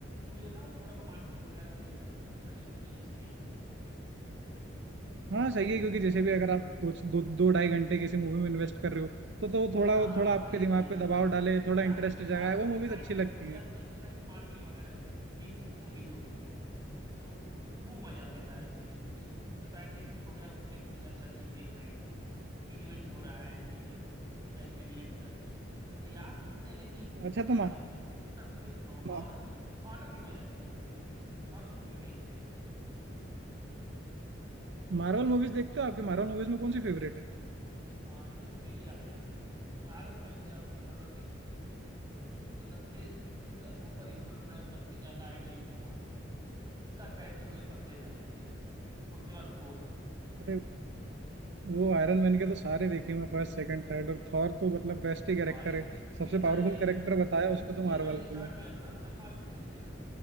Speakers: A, on the right; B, on the right.
A: मुझे ना वो थोड़ा रोमांटिक वगैरह और ये सब वाली मूवीज अच्छी नहीं लगती
B: हाँ सही है क्योंकि जैसे भी अगर आप दो दो दो ढाई घंटे किसी मूवी में इन्वेस्ट कर रहे हो तो तो वो
A: हाँ
B: थोड़ा वो थोड़ा आपके
A: वही चीज
B: दिमाग पे
A: है
B: दबाव
A: वही चीज
B: डाले
A: है
B: थोड़ा
A: या
B: इंटरेस्ट
A: तो
B: जगाए
A: या तो
B: वो
A: फिर
B: मूवीज
A: साइंटिफिक
B: अच्छी लगती
A: हो या
B: हैं
A: तो जैसे लाइक मार्वल वगैरह डीसी की मूवीज हो गई तो वो मजा देता है ठीक है कुछ साइंटिफिक हो गया उसमें भी कुछ अच्छा चीज देख रहे हैं इन्वेंट हो रहा है चीजें वो वो कैसे रिएक्ट कर रही हैं या तो फिर चैलेंजिंग हो
B: अच्छा
A: कि
B: तो
A: हाँ
B: मा,
A: ये हो गया सस्पेंस हो हॉरर
B: मा,
A: भी हॉरर भी मजा देता है मुझे मुझे हॉरर मूवी भी अच्छी लगती है
B: मार्वल मूवीज देखते हो आपकी मार्वल मूवीज में कौन सी फेवरेट है
A: भाई मार्वल में मेरी आयरन मैन आयरन मैन मेरा मतलब कि मतलब बेस्ट मेरा सुपर हीरो मतलब मैं सबसे ज्यादा आइडियल उसी को मानता हूँ उसका कैरेक्टर मुझे सबसे बेहतरीन लगता है उसके बाद थोर
B: अरे वो आयरन मैन के तो सारे देखे मैं फर्स्ट सेकंड थर्ड और थॉर तो मतलब बेस्ट ही कैरेक्टर
A: भाई
B: है
A: सिंगल
B: सबसे पावरफुल
A: डे
B: कैरेक्टर
A: में
B: बताया
A: सिंगल
B: उसको तो
A: जब
B: मार्वल
A: मैंने स्टार्ट
B: में
A: किया था ना मतलब मार्वल सीरीज देखना